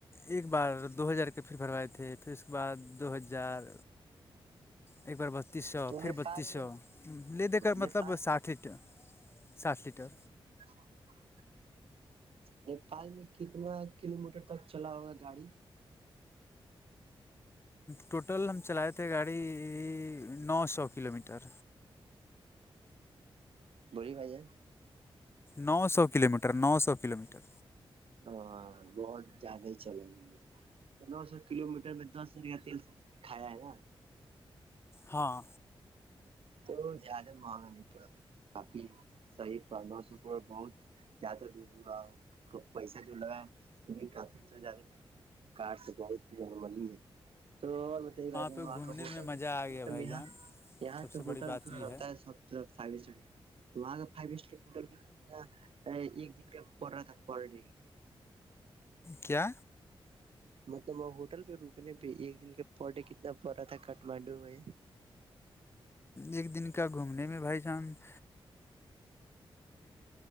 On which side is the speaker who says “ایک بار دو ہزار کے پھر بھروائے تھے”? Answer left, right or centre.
Left